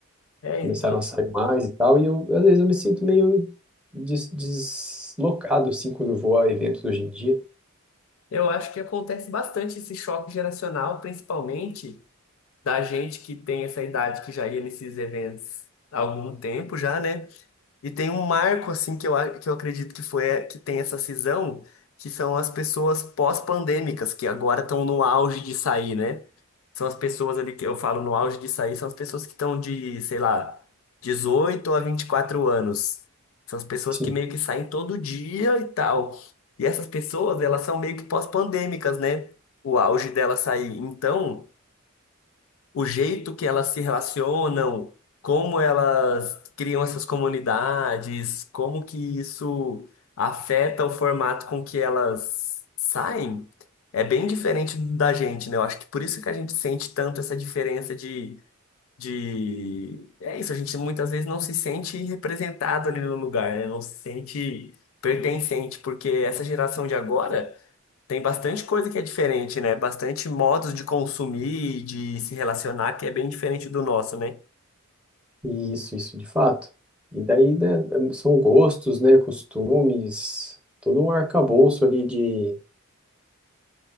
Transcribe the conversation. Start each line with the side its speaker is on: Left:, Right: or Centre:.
Left: É,
Centre: começaram
Left: então.
Centre: a sair mais e tal, e eu, às vezes eu me sinto meio des- deslocado, assim, quando eu vou a eventos hoje em dia.
Left: Eu acho que acontece bastante esse choque geracional, principalmente da gente que tem essa idade que já ia nesses eventos há algum tempo já, né? E tem um marco assim que eu, a- que eu acredito que foi é, que tem essa cisão, que são as pessoas pós-pandêmicas que agora estão no auge de sair, né? São as pessoas ali que eu falo no auge de sair, são as pessoas que estão de, sei lá, 18 a 24 anos. São as pessoas
Centre: Sim,
Left: que meio que saem todo dia e tal. E essas pessoas, elas são meio que pós-pandêmicas, né? O auge dela sair. Então, o jeito que elas se relacionam, como elas criam essas comunidades, como que isso afeta o formato com que elas saem, é bem diferente da gente, né? Eu acho que por isso que a gente sente tanto essa diferença de, de... É isso, a gente muitas vezes não se sente representado ali no lugar, né? Não se sente pertencente, porque essa geração de agora. Tem bastante coisa que é diferente, né? Bastante modos de consumir e de se relacionar que é bem diferente do nosso, né?
Centre: e isso, isso de fato. E daí, né, são gostos, né, costumes, todo um arcabouço ali de,